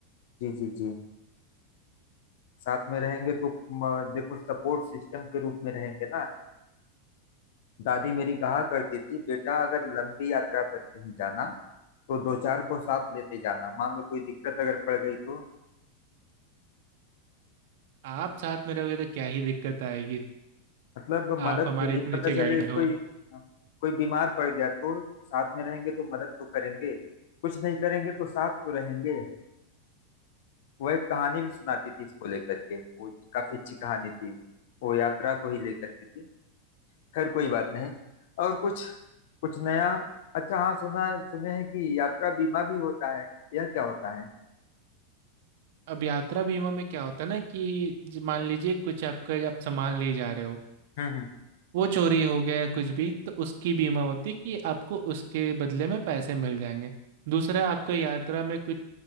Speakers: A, on the left; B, on the right.
A: जी जी जी साथ में रहेंगे तो म, देखो सपोर्ट सिस्टम के रूप में रहेंगे ना दादी मेरी कहा करती थी बेटा अगर लंबी यात्रा पर कहीं जाना तो दो चार को साथ लेते जाना मान लो कोई दिक्कत अगर पड़ गई तो
B: आप साथ में रहोगे तो क्या ही दिक्कत आएगी
A: मतलब मदद
B: आप हमारे
A: के लिए
B: इतने
A: पता
B: अच्छे
A: चले
B: गाइड
A: कोई
B: हो
A: कोई बीमार पड़ गया तो साथ में रहेंगे तो मदद तो करेंगे कुछ नहीं करेंगे तो साथ तो रहेंगे वो एक कहानी भी सुनाती थी इसको लेकर के वो काफी अच्छी कहानी थी वो यात्रा को ही लेकर के थी खैर कोई बात नहीं और कुछ कुछ नया अच्छा हाँ सुना सुने हैं कि यात्रा बीमा भी होता है यह क्या होता है
B: अब यात्रा बीमा में क्या होता है ना कि ज- मान लीजिए कुछ आपका आप सामान ले जा रहे हो
A: हम्म हम्म
B: वो चोरी हो गया या कुछ भी तो उसकी बीमा होती है कि आपको उसके बदले में पैसे मिल जाएंगे दूसरा आपका यात्रा में कुछ